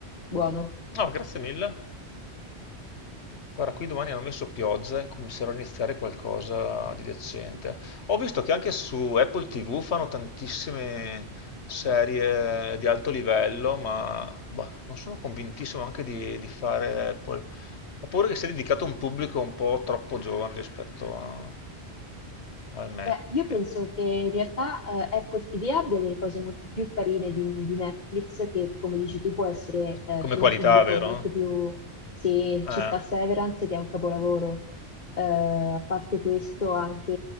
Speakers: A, on the left; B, on the left.
A: buono.
B: No, grazie mille. Guarda, qui domani hanno messo pioggia e comincerò a iniziare qualcosa di decente. Ho visto che anche su Apple TV fanno tantissime serie di alto livello, ma boh, non sono convintissimo anche di, di fare Apple. Ho paura che sia dedicato a un pubblico un po' troppo giovane rispetto a, a me,
A: Beh, io
B: che-
A: penso che in realtà eh, Apple TV abbia delle cose molto più carine di, di Netflix, che come dici tu può essere eh,
B: come
A: per
B: qualità,
A: un pubblico
B: vero?
A: molto più... Se
B: Eh.
A: ci sta Severance, che è un capolavoro, eh, a parte questo anche